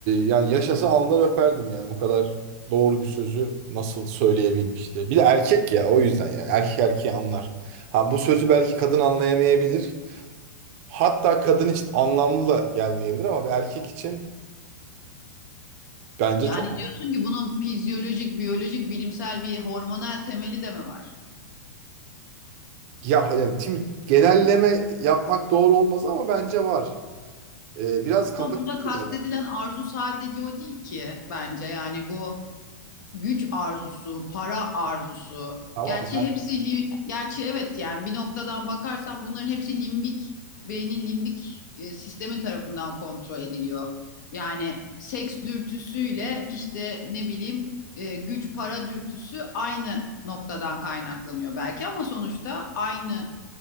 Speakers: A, on the right; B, on the left.
A: yani yaşasa alnından öperdim yani bu kadar doğru bir sözü nasıl söyleyebilmişti. Bir de erkek ya o yüzden yani erkek erkeği anlar. Ha bu sözü belki kadın anlayamayabilir. Hatta kadın için anlamlı da gelmeyebilir ama bir erkek için bence
B: Yani
A: çok
B: diyorsun ki bunun fizyolojik, biyolojik, bilimsel bir hormonal temeli de mi var?
A: ya yani tim genelleme yapmak doğru olmaz ama bence var. Ee, biraz kafa
B: Ama burada
A: yapısıyla-
B: kastedilen
A: da-
B: arzu sadece o değil ki bence. Yani bu güç arzusu, para arzusu.
A: Tamam
B: Gerçi
A: ben
B: hepsi li- gerçi evet yani bir noktadan bakarsan bunların hepsi limbik beynin limbik e, sistemi tarafından kontrol ediliyor. Yani seks dürtüsüyle işte ne bileyim e, güç para dürtüsü aynı noktadan kaynaklanıyor belki ama sonuçta aynı